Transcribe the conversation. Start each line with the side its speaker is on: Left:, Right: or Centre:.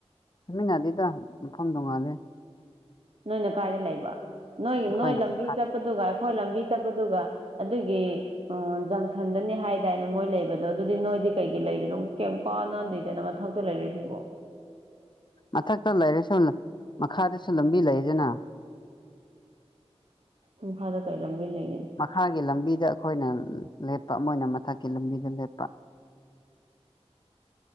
Left: ꯐꯝꯃꯤꯟꯅꯗꯦꯗ ꯃꯐꯝ ꯇꯣꯉꯥꯜꯂꯦ
Right: ꯅꯣꯏꯅ ꯀꯥꯏꯗ ꯂꯩꯕ ꯅꯣꯏ
Left: ꯑꯩꯈꯣꯏꯅ
Right: ꯅꯣꯏ ꯂꯝꯕꯤ
Left: ꯃꯈꯥ
Right: ꯆꯠꯄꯗꯨꯒ ꯑꯩꯈꯣꯏ ꯂꯝꯕꯤ ꯆꯠꯄꯗꯨꯒ ꯑꯗꯨꯒꯤ ꯎꯝ ꯖꯪꯁꯟꯗꯅꯤ ꯍꯥꯏꯗꯥꯅ ꯃꯣꯏ ꯂꯩꯕꯗꯣ ꯑꯗꯨꯗꯤ ꯅꯣꯏ ꯗꯤ ꯀꯩꯒꯤ ꯂꯩꯔꯤꯅꯣ ꯀꯩꯝ ꯀꯥꯟꯅꯗꯦꯗꯅ ꯃꯊꯛꯇ ꯂꯩꯔꯤꯁꯤꯕꯣ
Left: ꯃꯊꯛꯇ ꯂꯩꯔꯁꯨ ꯃꯈꯥꯗꯁꯨ ꯂꯝꯕꯤ ꯂꯩꯗꯅ
Right: ꯎꯝ ꯃꯈꯥꯗ ꯀꯩ ꯂꯝꯕꯤ ꯂꯩ
Left: ꯃꯈꯥꯒꯤ ꯂꯝꯕꯤꯗ ꯑꯩꯈꯣꯏꯅ ꯂꯦꯞꯄ ꯑꯃ ꯃꯣꯏꯅ ꯃꯊꯛꯀꯤ ꯂꯝꯕꯤꯗ ꯂꯦꯞꯄ